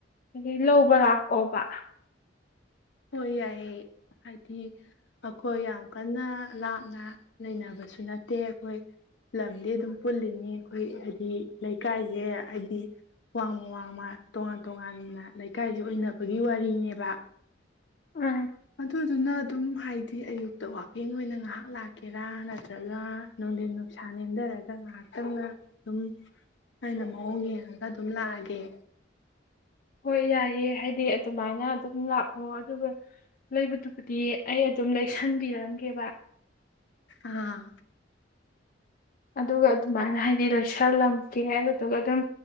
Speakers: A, on the left; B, on the left.
A: ꯍꯥꯏꯗꯤ ꯂꯧꯕ ꯂꯥꯛꯑꯣꯕ꯫
B: ꯍꯣꯏ ꯌꯥꯏꯌꯦ ꯍꯥꯏꯗꯤ ꯑꯩꯈꯣꯏ ꯌꯥꯝ ꯀꯟꯅ ꯂꯥꯞꯅ ꯂꯩꯅꯕꯁꯨ ꯅꯠꯇꯦ ꯑꯩꯈꯣꯏ ꯂꯝꯗꯤ ꯑꯗꯨꯝ ꯄꯨꯜꯂꯤꯅꯤ ꯑꯩꯈꯣꯏ ꯍꯥꯏꯗꯤ ꯂꯩꯀꯥꯏꯖꯦ ꯍꯥꯏꯗꯤ ꯋꯥꯡꯃ ꯋꯥꯡꯃ ꯇꯣꯉꯥꯟ ꯇꯣꯉꯥꯟꯅ ꯂꯩꯀꯥꯏꯖꯤ ꯑꯣꯏꯅꯕꯒꯤ ꯋꯥꯔꯤꯅꯦꯕ꯫
A: ꯑꯥ
B: ꯑꯗꯨꯗꯨꯅ ꯑꯗꯨꯝ ꯍꯥꯏꯗꯤ ꯑꯌꯨꯛꯇ ꯋꯥꯀꯤꯡ ꯑꯣꯏꯅ ꯉꯍꯥꯛ ꯂꯥꯛꯀꯦꯔꯥ ꯅꯠꯇ꯭ꯔꯒ ꯅꯨꯡꯗꯤꯟ ꯅꯨꯡꯁꯥ ꯅꯦꯝꯗꯔꯒ ꯉꯍꯥꯛꯇꯪꯂ ꯑꯗꯨꯝ ꯑꯩꯅ ꯃꯑꯣꯡ ꯌꯦꯡꯉꯒ ꯑꯗꯨꯝ ꯂꯥꯛꯑꯒꯦ꯫
A: ꯍꯣꯏ ꯌꯥꯏꯌꯦ ꯍꯥꯏꯗꯤ ꯑꯗꯨꯃꯥꯏꯅ ꯑꯗꯨꯝ ꯂꯥꯛꯑꯣ ꯑꯗꯨꯒ ꯂꯩꯕꯗꯨꯕꯨꯗꯤ ꯑꯩ ꯑꯗꯨꯝ ꯂꯩꯁꯟꯕꯤꯔꯝ ꯀꯦꯕꯥ꯫
B: ꯑꯥ꯫
A: ꯑꯗꯨꯒ ꯑꯗꯨꯃꯥꯏꯅ ꯍꯥꯏꯗꯤ ꯂꯩꯁꯜꯂꯝꯒꯦ ꯑꯗꯨꯗꯨꯒ ꯑꯗꯨꯝ